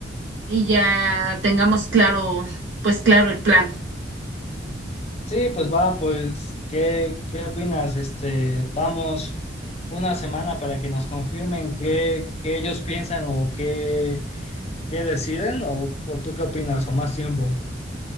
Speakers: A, on the right; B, on the left.
A: y ya tengamos claro, pues claro el plan.
B: Sí, pues va, pues, ¿qué, qué opinas? Este, damos una semana para que nos confirmen qué, qué ellos piensan o qué, qué deciden, o, o tú qué opinas, o más tiempo.